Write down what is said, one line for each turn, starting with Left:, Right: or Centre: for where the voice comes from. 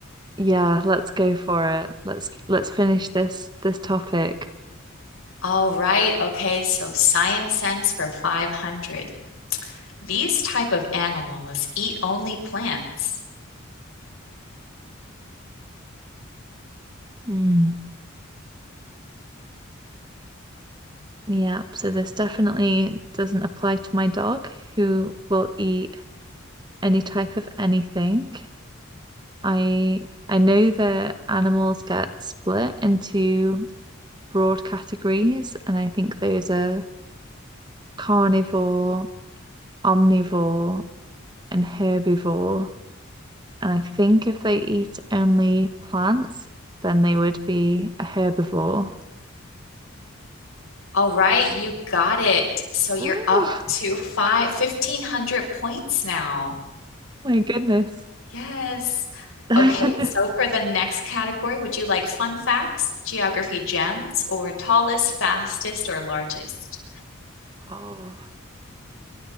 Right: yeah, let's go for it. Let's let's finish this this topic.
Left: All right. Okay. So science sense for 500. These type of animals eat only plants.
Right: Hmm. Yeah, so this definitely doesn't apply to my dog who will eat any type of anything. I I know that animals get split into broad categories, and I think those are carnivore, omnivore, and herbivore. And I think if they eat only plants, then they would be a herbivore.
Left: All right. You got it. So you're
Right: Ooh, oh
Left: up to five fifteen hundred points now.
Right: my goodness.
Left: Yes.
Right: <laughs>
Left: Okay. So for the next category, would you like fun facts, geography gems, or tallest, fastest, or largest?
Right: Oh.